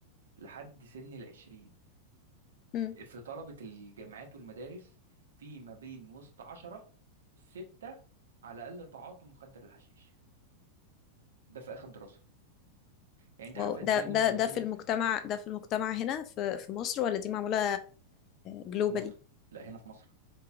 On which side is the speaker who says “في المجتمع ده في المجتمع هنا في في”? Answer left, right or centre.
Left